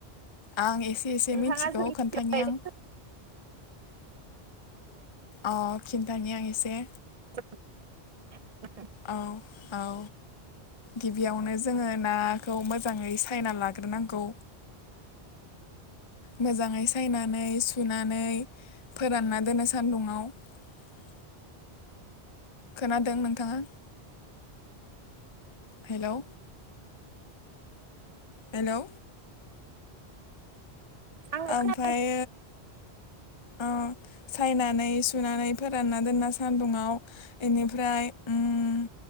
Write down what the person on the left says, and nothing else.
आं एसे एसे
मिथिगौ
खोन्थानि
आं अ खिन्थानि आं एसे
औ औ गिबियावनो जोङो नाखौ मोजाङै सायना लाग्रोनांगौ मोजाङै सायनानै सुनानै फोरानना दोननो सान्दुंआव <unintelligible> खोनादों नोंथाङा? हेलौ हेलौ
ओमफ्राय
ओ चाइना नै सुनानै फोरानना दोनना सान्दुुंआव बेनिफ्राय ओम